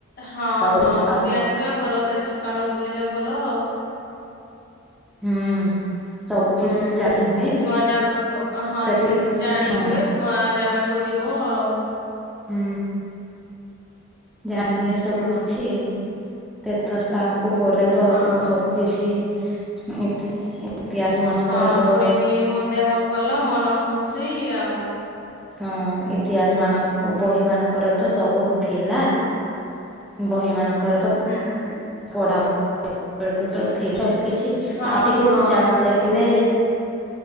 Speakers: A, on the left; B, in the centre.
A: ହଁ
B: ବୋଲି
A: ହଁ
B: ଭାବୁ
A: ବୁଲି ଆସିବା ଭଲ ତୀର୍ଥ ସ୍ଥାନ ବୁଲିଲେ ଭଲ ଆଉ
B: ହୁଁ ସବୁ କିଛି
A: ହୁଁ
B: ଜାଣି ହୁଏ
A: ନୂଆ ଜାଗା ହଁ
B: ସେଠି
A: ଜାଣି
B: ହଁ
A: ହୁଏ। ନୂଆ ଜାଗାକୁ ଯିବ ଆଉ
B: ହୁଁ ଜାଣି ହୁଏ ସବୁ
A: ହଁ।
B: କିଛି ତୀର୍ଥ ସ୍ଥାନକୁ ଗଲେ ତ
A: ହଁ
B: ସବୁ କିଛି ଇତିହାସ ମାନଙ୍କର
A: ହଁ
B: ତ
A: ପୁଣି ଦେହ ଭଲ ମନ ଖୁସି ଆଉ
B: ହଁ ଇତିହାସ ମାନଙ୍କ ବହି ମାନଙ୍କର ତ ସବୁ ଥିଲା। ବହି ମାନଙ୍କରେ ତ
A: ହୁଁ ହୁଁ
B: ପଢା ପଢି ବେକୁ ତ ଥିଲା ସବୁ କିଛି ତ
A: ହଁ
B: ଆଉ ଟିକେ
A: ହଁ
B: ଜାଗାକୁ ଦେଖିଲେ।